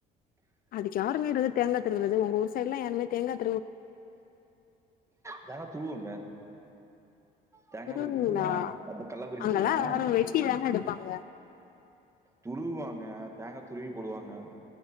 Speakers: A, on the left; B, on the right.
A: அதுக்கு யாருங்க இருவது தேங்கா திருவுறது உங்க ஊர் சைட்லா யாருமே தேங்காத்
B: தேங்கா துருவோங்க தேங்கா
A: திருவுவீங்களா
B: பர்பி செய்வோ கல்ல பர்பி
A: அங்கெல்லா
B: செய்வோ
A: யாரு வெட்டி தான எடுப்பாங்க
B: துருவ்வாங்க தேங்கா துருவி போடுவாங்க